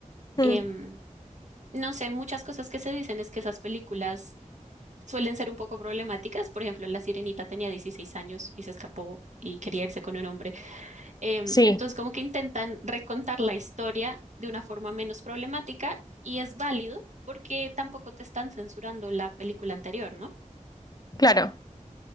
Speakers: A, on the left (about 30°); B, on the right (about 60°).
A: mm.
B: Em, no sé, muchas cosas que se dicen es que esas películas suelen ser un poco problemáticas. Por ejemplo, La Sirenita tenía 16 años y se escapó y quería irse con un hombre. Em,
A: Sí,
B: entonces, como que intentan recontar la historia de una forma menos problemática y es válido porque tampoco te están censurando la película anterior, ¿no?
A: claro.